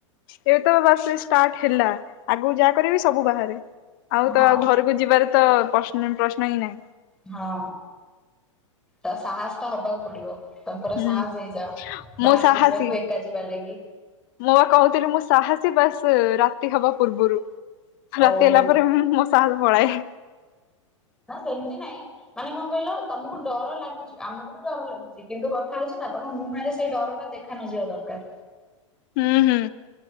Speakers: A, on the left (about 45°); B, in the centre.
A: ଏବେ ତ ବାସ ଏଇ ଷ୍ଟାର୍ଟ ହେଲା ଆଗୁକୁ ଯାହା କରିବି ସବୁ ବାହାରେ ଆଉ
B: ହଁ
A: ତ ଆଉ ଘରୁ କୁ ଯିବାର ତ <unintelligible> ପ୍ରଶ୍ନ ହିଁ ନାହିଁ।
B: ହଁ ତ ସାହସ ତ ହବାକୁ ପଡିବ। ତମ ପୁରା
A: ହୁଁ
B: ସାହସ ହେଇଯାଅ
A: ମୁଁ
B: ବାହାରୁକୁ
A: ସାହସୀ।
B: ଯିବାକୁ ଏକା ଯିବା ଲାଗି।
A: ମୁଁ ବା କହୁଥିଲି ମୁଁ ସାହସୀ ବାସ ରାତି ହବା ପୂର୍ବରୁ। ରାତି
B: ଓହୋ
A: ହେଲା ପରେ ମୁଁ ମୋ ସାହାସ ପଳାଏ।
B: ନା ସେମିତି ନାଇଁ ମାନେ କଁ କହିଲ ତମୁକୁ ଡର ଲାଗୁଛି ଆମୁକୁ ବି ଡର ଲାଗୁଛି କିନ୍ତୁ କଥା ହୋଉଚି ନା ତମ ମୁହଁରେ ସେଇ ଡର ଟା ଦେ ଖା ନା ଯିବା ଦରକାର।
A: ହୁଁ ହୁଁ।